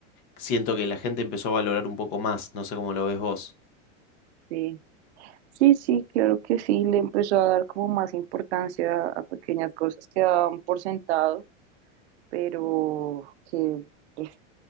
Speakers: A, on the left (about 30°); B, on the right (about 60°).
A: Siento que la gente empezó a valorar un poco más, no sé cómo lo ves vos.
B: sí. Sí, sí, claro que sí, le empezó a dar como más importancia a pequeñas cosas que daban por sentado pero que pues,